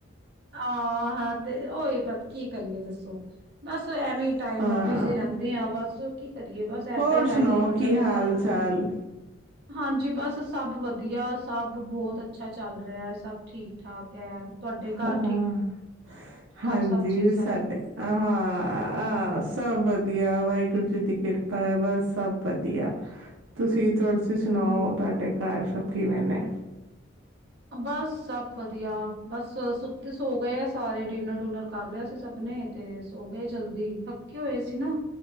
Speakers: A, on the right; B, on the right.
A: ਹਾਂ ਹਾਂ ਤੇ ਹੋਹੀ ਪਤਾ ਕੀ ਕਰੀਏ ਦੱਸੋ ਬਸ ਬ ਐਵੇਂ ਹੀ ਟਾਈਮ
B: ਹਾਂ।
A: ਬਿਜ਼ੀ ਰਹਿੰਦੇ ਆ ਬਸ ਕੀ ਏਦਾਂ
B: ਹੋਰ
A: ਹੀ ਟਾਈਮ
B: ਸੁਣਾਓ
A: ਨਿਕਲ
B: ਕੀ
A: ਜਾਂਦਾ
B: ਹਾਲ
A: ਸਾਰਾ
B: ਚਾਲ?
A: ਦਿਨ ਹਾਂਜੀ ਬਸ ਸਭ ਵਧੀਆ ਸਭ ਬਹੁਤ ਅੱਛਾ ਚੱਲ ਰਿਹਾ ਹੈ ਸਭ ਠੀਕ ਠਾਕ ਹੈ ਤੁਹਾਡੇ ਘਰ
B: ਹਾਂ ਹਾਂਜੀ
A: ਠਾਕ ਸਭ ਬੱਚੇ ਸਭ?
B: ਸਾਡੇ ਹਾਂ ਸਭ ਵਧੀਆ ਵਧੀਆ ਵਾਹਿਗੁਰੂ ਜੀ ਦੀ ਕਿਰਪਾ ਹੈ ਬਸ ਸਭ ਵਧੀਆ ਤੁਸੀਂ ਸੁਣਾਓ
A: ਹਮ
B: ਤੁਹਾਡੇ ਘਰ ਸਭ ਕਿਵੇਨੇ
A: ਬਸ ਸਭ ਵਧੀਆ ਬਸ ਸੁੱਤੇ ਸੋ ਗਏ ਆ ਸਾਰੇ ਡਿਨਰ ਡੂਨਰ ਕਰ ਲਿਆ ਸੀ ਸਭ ਨੇ ਤੇ ਸੋ ਗਏ ਜਲਦੀ ਥੱਕੇ ਹੋਏ ਨਾ